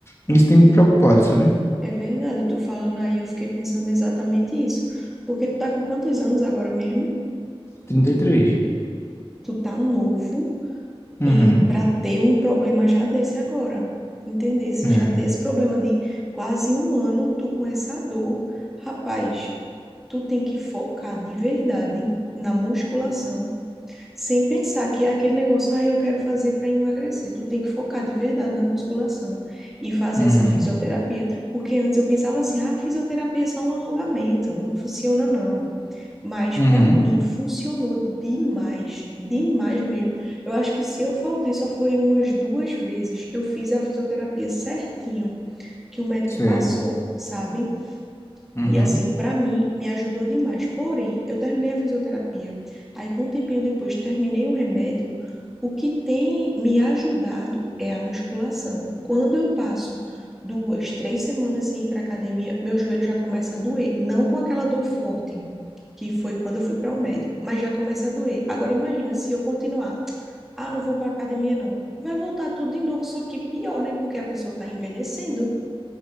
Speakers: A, on the left; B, in the centre.
A: isso tem me preocupado, sabe?
B: é verdade. Tu falando aí, eu fiquei pensando exatamente isso. Porque tu tá com quantos anos agora mesmo?
A: 33.
B: Tu tá novo
A: Uhum.
B: E para ter um problema já desse agora, entender se
A: É.
B: já ter esse problema de quase um ano, tu com essa dor, rapaz, tu tem que focar de verdade na musculação, sem pensar que é aquele negócio, ah, eu quero fazer para emagrecer. Tu tem que focar de verdade na musculação e fazer
A: Uhum.
B: essa fisioterapia, porque antes eu pensava assim, ah, fisioterapia é só um alongamento, não funciona não. Mas
A: Uhum.
B: para mim funcionou demais, demais mesmo. Eu acho que se eu faltei só foi umas duas vezes. Eu fiz a fisioterapia certinho que o médico
A: Certo.
B: passou, sabe?
A: Uhum.
B: E assim, para mim, me ajudou demais. Porém, eu terminei a fisioterapia. Aí, com um tempinho depois, terminei o remédio. O que tem me ajudado é a musculação. Quando eu passo duas, três semanas sem ir para academia, meu joelho já começa a doer. Não com aquela dor forte, que foi quando eu fui para o médico, mas já começa a doer. Agora, imagina se eu continuar. Ah, não vou para academia, não. Vai voltar tudo de novo, só que pior, né? Porque a pessoa está envelhecendo.